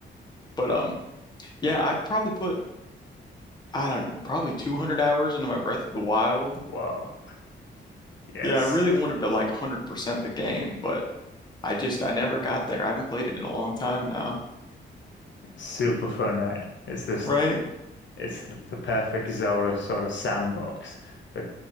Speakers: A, on the left (about 20°); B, on the left (about 65°).
A: But um yeah, I've probably put I don't know, probably 200 hours into my Breath of the Wild.
B: Whoa, yes,
A: Yeah, I really wanted to like 100% the game, but I just, I never got there. I haven't played it in a long time now,
B: super fun, right? It's just
A: right?
B: it's the, the perfect Zelda sort of sandbox. The,